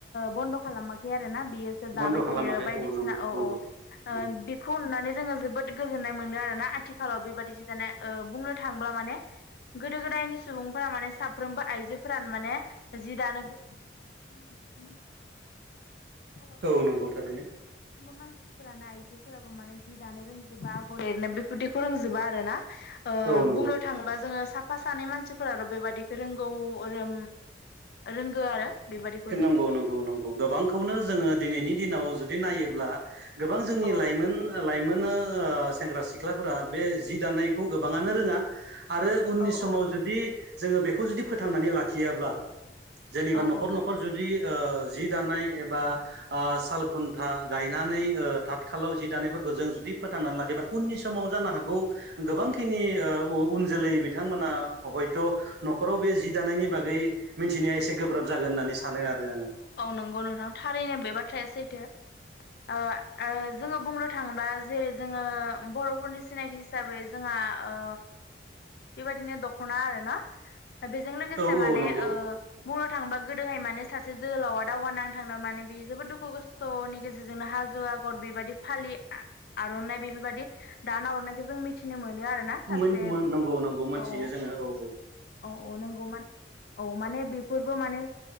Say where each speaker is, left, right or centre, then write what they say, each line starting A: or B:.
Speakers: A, on the left; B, on the right.
A: बन्द' खालामाखै आरो ना बियो दाबाय
B: बन्द' खालामाखै
A: थायो बायदिसिना
B: नंगौ
A: औ
B: नंगौ
A: औ
B: उम
A: बेखौ अनानै जोङो जोबोद गोजोननाय मो नो आरोना आथिखालाव बेबायदि जि दाना बुंनो थांब्ला माने गोदो गोदायनि सुबुंफोरा माने साफ्रोमबो आइजोफोरानो माने जि दानो गोरों जि दानो गोरोंमोन आरो आथिखालावथ'
B: औ नंगौ थारैनो
A: माने फोराबो माने जि दानो रोंजोबा आगर एरनो बेफोरदिखौ रोंजोबा आरोना ओ
B: औ नंगौ
A: बुंनो थाङोबा जोङो साफ साफा सानै मानसिफोराल' बेबादिखौ रोंगौ रों रोंगौ आरो बेबादिखौ जों
B: नंगौ नंगौ नंगौ गोबांखौनो जोङो दिनैनि दिनाव नायोब्ला गोबां जोंनि
A: औ
B: लाइमोन लाइमोन बिदिनो ओ सेंग्रा सिख्लाफोरा बे जि दानायखौ गोबाङानो रोङा आरो उननि
A: औ
B: समाव
A: औ
B: जुदि जोङो बेखौ जुदि फोथांनानै लाखियाब्ला जेनेबा
A: औ
B: नखर न'खर
A: औ
B: न'खर जुदि ओ जि दानाय एबा ओ सालखुन्था गायनानै थाथ खालाव जि दानायफोरखौ जों जुदि फोथांनानै लाखि उननि समाव जानो हागौ गोबांखिनि उन जोलै बिथांमोना हयथ' न'खराव बे जि दानायनि बागै मिथिनाया एसे गोब्राब जागोन होननानै सानो आरो आङो
A: औ नंगौ नोंथां थारैनो बे बाथ्राया सैथो ओ ओ जोङो बुंनो थाङोबा जेरै जोङो बर'फोरनि सिनायथि हिसाबै जोंहा ओ बेबायदिनो दख'ना आरो ना बेजों लोगोसे
B: औ
A: माने
B: औ नंगौ
A: ओ बुंनो थांङोबा गोदोहाय माने सासे से जोहोलावा दावहा नांथांनो माने बि जोबोद दुखु खस्थ'नि गेजेरजोंनो हाजो आगर बेबायदि फालि आर'नाइ बेफोरबायदि दा ना हरनायखौ जों मिथिनो मोन आरोना सासे
B: मोन मो
A: बिखौ
B: नंगौ नंगौ मोनथियो
A: औ
B: जोङो औ
A: औ नंगौ औ माने बेफोरबो माने